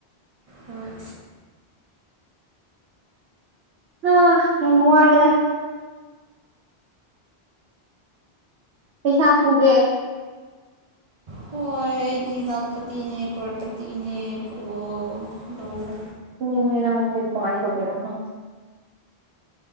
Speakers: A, on the right; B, on the right.
A: ꯍꯣꯏ
B: ꯍꯥꯥ ꯌꯥꯝ ꯋꯥꯔꯦꯗ ꯄꯩꯁꯥ ꯄꯨꯒꯦ
A: ꯍꯣꯏ ꯑꯩꯗꯤ ꯂꯥꯛꯄꯇꯤꯅꯦ ꯀ꯭ꯔꯣꯔꯄꯇꯤꯅꯦ ꯄꯨꯑꯣ ꯂꯧꯑꯣ
B: ꯐꯨꯅꯤꯡꯉꯦ ꯅꯪꯗꯤ ꯀꯃꯥꯏ ꯇꯧꯗꯨꯏꯅꯣ ꯈꯪꯗꯦ